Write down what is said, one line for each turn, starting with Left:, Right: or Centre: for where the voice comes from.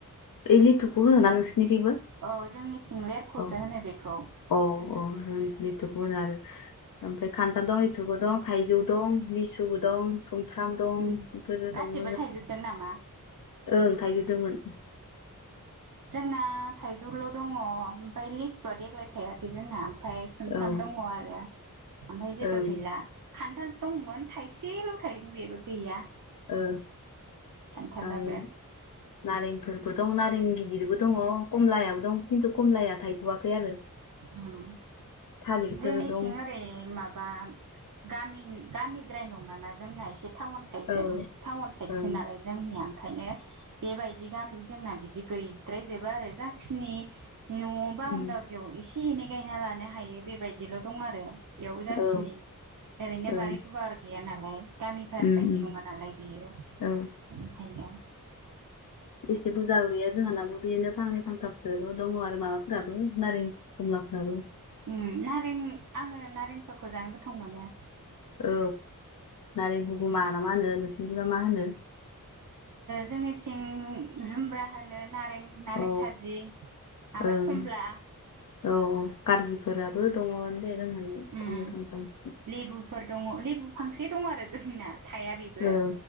Left: ओइ लिथुखौ होनोना नोंसिनिखैबो
Right: औ जोंनिथिं लेरखसो
Left: अ
Right: होनो बेखौ।
Left: अ अ जों लिथुख होनो आरो ओमफ्राय खान्थाल दं लिथुखबो दं थाइजौ दं लिसुबो दं। दं संफ्राम दं
Right: उम
Left: बेफोरो
Right: गासिबो
Left: दङ
Right: थाइजोबदों नामा
Left: ओं थाइजौ दंमोन।
Right: जोंना थाइजौल दङ ओमफ्राय लिसुआ देग्लाय थायाखै जोंना। ओमफ्राय सुमफ्राम
Left: औ ओं
Right: दङ आरो ओमफ्राय जेबो
Left: ओं
Right: गैला खान्थाल दंमोन थाइसेल थायदों बेेबो गैया।
Left: ओ
Right: खान्थालाबो
Left: आरो। नारेंफोरबो दं नारें गिदिरबो दङ खमलायाबो दं खिन्थु खमलाया थायथआखै आरो
Right: उम
Left: थालिरफोर
Right: जोंनिथिं
Left: दं
Right: ओरै माबा गामि गामिद्राय नङाना जोंना एसे टाउन साइस
Left: औ ओं
Right: टाउन साइदसो
Left: ओं
Right: नालाय जोंनिया ओंखायनो बेबायदि गामि जोंना बिदि गैयद्राय जोबा आरो जाखिनि न बाउनदा
Left: उम
Right: थियाव एसे एनै गायना लानो हायो बेबायदिल' दं आरो बेयावबो जाखिनि
Left: औ
Right: ओरैनो
Left: ओं
Right: बारि गुवार गैया नालाय। गामिफोर
Left: उम
Right: बायदि
Left: उम
Right: नङा नालाय बेयो
Left: औ
Right: ओंखायनो।
Left: एसे बुरजा गैया जोंहानाबो बिदिनो फांनै फांथाफोरल दङ आरो माबाफोराबो नारें खमलाफ्राबो
Right: उम नारें आंङो नारेंफोरखौ जानो गोथाव मोनो।
Left: औ नारें खौ बा ना मा होनो नोंसिनिथिंबा मा होनो।
Right: जोंनिथिं जुमब्रा होनो ना रें नारें
Left: औ
Right: खाजि ओमफ्राय
Left: ओं
Right: कमला
Left: औ खारजिफोराबो दङ दे जोंहानाव
Right: उम
Left: फांनै फांथाम
Right: लेबुफोर दङ लेबु फांसे दं आरो जोंना थाया बेबो
Left: ओ